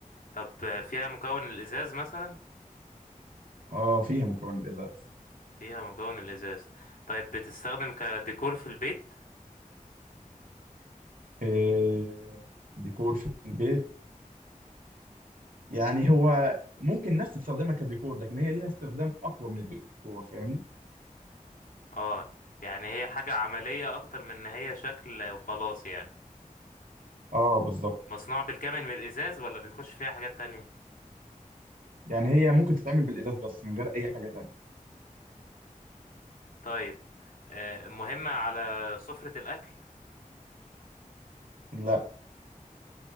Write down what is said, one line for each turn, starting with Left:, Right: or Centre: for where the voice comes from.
Left: طب فيها مكون الإزاز مثلا
Right: اه فيها مكون الإزاز
Left: فيها مكون الإزاز طيب بتستخدم كديكور في البيت
Right: إيه ديكور في البيت يعني هو ممكن الناس تستخدمها كديكور لكن هي ليها استخدام أقوى من الديكور فاهمني
Left: اه يعني هي حاجة عملية أكتر من إن هي شكل وخلاص يعني
Right: اه بالظبط
Left: مصنوع بالكامل من الإزاز ولا بيخش فيها حاجات تانية
Right: يعني هي ممكن تتعمل بالإزاز بس من غير أي حاجة تانية
Left: طيب آه، مهمة على سفرة الأكل
Right: لا